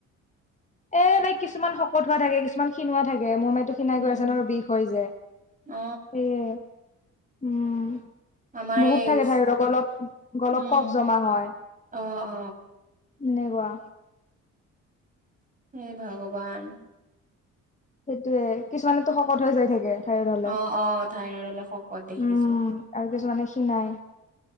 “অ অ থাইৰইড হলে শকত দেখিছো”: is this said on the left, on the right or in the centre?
Right